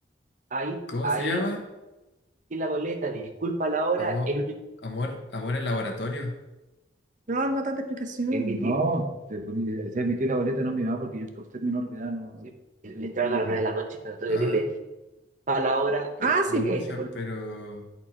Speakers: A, on the right; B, on the left.
A: Ahí,
B: ¿Cómo
A: ahí
B: se llama?
A: en la boleta, disculpa la hora,
B: Amor,
A: el único
B: amor, amor en laboratorio.
A: No, no tanta explicación. emití. No, te poní- se emitió la boleta no mi mamá porque yo por ser menor de edad no, no- Sí. Le estaban a las 9 de la noche, claro, tengo
B: Ah,
A: que decirle, a la hora, Ah, eh, sí,
B: pucha,
A: este, po. este fue
B: pero...